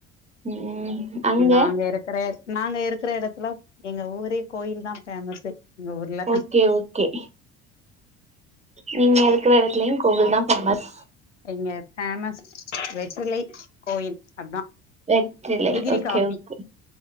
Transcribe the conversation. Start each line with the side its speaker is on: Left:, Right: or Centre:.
Right: ம் அங்க
Left: நாங்க இருக்கற நாங்க இருக்கிற எடத்துல எங்க ஊரே கோயில்தா ஃபேமஸு எங்க ஊர்ல
Right: ஓகே ஓகே நீங்க இருக்குற எடத்துலயு கோவில்தா ஃபேமஸ்
Left: எங்க ஃபேமஸ் வெற்றிலை கோயில் அதா
Right: வெற்றிலை
Left: டிகிரி
Right: ஓகே
Left: காஃபி
Right: ஓகே